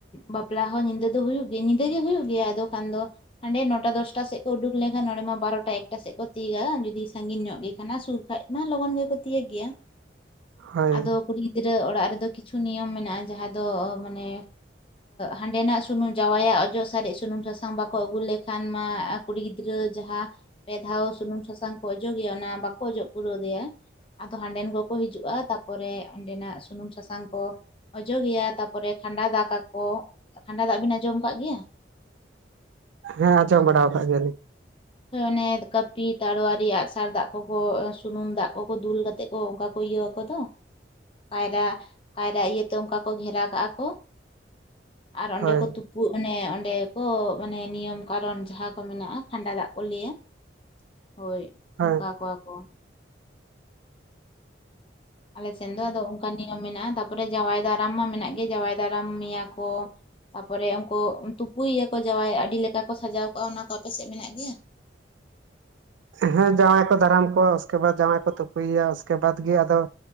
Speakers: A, on the left; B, on the right.
A: ᱵᱟᱯᱞᱟ ᱦᱚᱸ ᱧᱤᱫᱟᱹ ᱫᱚ ᱦᱩᱭᱩᱜ ᱜᱮᱭᱟ ᱧᱤᱫᱟᱹ ᱜᱮ ᱦᱩᱭᱩᱜ ᱜᱮᱭᱟ ᱟᱫᱚ ᱠᱷᱟᱱ ᱫᱚ ᱦᱟᱸᱰᱮ ᱱᱚᱴᱟ ᱫᱚᱥᱴᱟ ᱥᱮᱫ ᱠᱚ ᱩᱰᱩᱠ ᱞᱮᱱᱠᱷᱟᱱ ᱱᱚᱸᱰᱮ ᱢᱟ ᱵᱟᱨᱚᱴᱟ ᱮᱠᱴᱟ ᱥᱮᱫ ᱠᱚ ᱛᱤᱭᱩᱜᱟ ᱡᱩᱫᱤ ᱥᱟᱺᱜᱤᱧ ᱧᱚᱜ ᱜᱮ ᱠᱟᱱᱟ ᱥᱩᱨ ᱠᱷᱟᱡ ᱢᱟ ᱞᱚᱜᱚᱱ ᱜᱮᱠᱚ ᱛᱤᱭᱟᱹᱜ ᱜᱮᱭᱟ
B: ᱦᱳᱭ
A: ᱟᱫᱚ ᱠᱩᱲᱤ ᱜᱤᱫᱽᱨᱟᱹ ᱚᱲᱟᱜ ᱨᱮᱫᱚ ᱠᱤᱪᱷᱩ ᱱᱤᱭᱚᱢ ᱢᱮᱱᱟᱜ-ᱟ ᱡᱟᱦᱟᱸ ᱫᱚ ᱢᱟᱱᱮ ᱦᱟᱸᱰᱮᱱᱟᱜ ᱥᱩᱱᱩᱢ ᱡᱟᱶᱟᱭᱟᱜ ᱚᱡᱚᱜ ᱥᱟᱨᱮᱡ ᱥᱩᱱᱩᱢ ᱥᱟᱥᱟᱝ ᱵᱟᱠᱚ ᱟᱹᱜᱩ ᱞᱮᱠᱷᱟᱱ ᱢᱟ ᱟᱠ ᱠᱩᱲᱤ ᱜᱤᱫᱽᱨᱟᱹ ᱡᱟᱦᱟᱸ ᱯᱮ ᱫᱷᱟᱣ ᱥᱩᱱᱩᱢ ᱥᱟᱥᱟᱝ ᱠᱚ ᱚᱡᱚᱜᱮᱭᱟ ᱚᱱᱟ ᱵᱟᱠᱚ ᱚᱡᱚᱜ ᱯᱩᱨᱟᱹᱣ ᱮᱫᱮᱭᱟ ᱟᱫᱚ ᱦᱟᱸᱰᱮᱱ ᱠᱚᱠᱚ ᱦᱤᱡᱩᱜ-ᱟ ᱛᱵ ᱯᱚᱨᱮ ᱚᱸᱰᱮᱱᱟᱜ ᱥᱩᱱᱩᱢ ᱥᱟᱥᱟᱝ ᱠᱚ ᱚᱡᱚᱜᱮᱭᱟ ᱛᱟᱯᱚᱨᱮ ᱠᱷᱟᱸᱰᱟ ᱫᱟᱠᱟ ᱠᱚ ᱠᱷᱟᱸᱰᱟ ᱫᱟᱜ ᱵᱤᱱ ᱟᱸᱡᱚᱢ ᱟᱠᱟᱫ ᱜᱮᱭᱟ
B: ᱦᱮᱸ ᱟᱸᱡᱚᱢ ᱵᱟᱲᱟᱣ ᱟᱠᱟᱫ ᱜᱮᱭᱟ ᱞᱤᱧ
A: ᱚᱱᱮ ᱠᱟᱹᱯᱤ ᱛᱟᱨᱣᱟᱨᱤ ᱨᱮᱭᱟᱜ ᱟᱜᱥᱟᱨ ᱫᱟᱜ ᱠᱚᱠᱚ ᱥᱩᱱᱩᱢ ᱫᱟᱜ ᱠᱚᱠᱚ ᱫᱩᱞ ᱠᱟᱛᱮᱜ ᱚ ᱚᱱᱠᱟ ᱠᱚ ᱤᱭᱟᱹ ᱣᱠᱚ ᱫᱚ ᱠᱟᱭᱨᱟ ᱠᱟᱭᱨᱟ ᱤᱭᱟᱹᱛᱮ ᱚᱱᱠᱟ ᱠᱚ ᱜᱷᱮᱨᱟ ᱠᱟᱜᱼᱟ ᱠᱚ ᱟᱨ ᱚᱸᱰᱮ
B: ᱦᱳᱭ
A: ᱠᱚ ᱛᱩᱯᱩᱜ ᱚᱱᱮ ᱚᱸᱰᱮ ᱠᱚ ᱢᱟᱱᱮ ᱱᱤᱭᱚᱢ ᱠᱟᱨᱚᱱ ᱡᱟᱦᱟᱸ ᱠᱚ ᱢᱮᱱᱟᱜᱼᱟ ᱠᱷᱟᱸᱰᱟ ᱫᱟᱜ ᱠᱚ ᱞᱟᱹᱭᱟ ᱦᱳᱭ
B: ᱦᱳᱭ
A: ᱚᱱᱠᱟ ᱠᱚᱣᱟ ᱠᱚ ᱟᱞᱮ ᱥᱮᱱ ᱫᱚ ᱟᱫᱚ ᱚᱱᱠᱟ ᱱᱤᱭᱚᱢ ᱢᱮᱱᱟᱜᱼᱟ ᱛᱟᱨᱯᱚᱨᱮ ᱡᱟᱶᱟᱭ ᱫᱟᱨᱟᱢ ᱢᱟ ᱢᱮᱱᱟᱜ ᱜᱮ ᱡᱟᱶᱟᱭ ᱫᱟᱨᱟᱢ ᱢᱮᱭᱟ ᱠᱚ ᱛᱟᱯᱚᱨᱮ ᱩᱱᱠᱩ ᱛᱩᱯᱩᱭ ᱮᱭᱟᱠᱚ ᱡᱟᱶᱟᱭ ᱟᱹᱰᱤ ᱞᱮᱠᱟ ᱠᱚ ᱥᱟᱡᱟᱣ ᱠᱚᱜᱼᱟ ᱚᱱᱟ ᱠᱚ ᱟᱯᱮ ᱥᱮᱫ ᱢᱮᱱᱟᱜ ᱜᱮᱭᱟ
B: ᱦᱮᱸ ᱡᱟᱶᱟᱭ ᱠᱚ ᱫᱟᱨᱟᱢ ᱠᱚᱣᱟᱼᱟ ᱩᱥᱠᱮ ᱵᱟᱫᱽ ᱡᱟᱶᱟᱭ ᱠᱚ ᱛᱩᱯᱩᱭᱮᱭᱟ ᱩᱥᱠᱮ ᱵᱟᱫᱽ ᱜᱮ ᱟᱫᱚ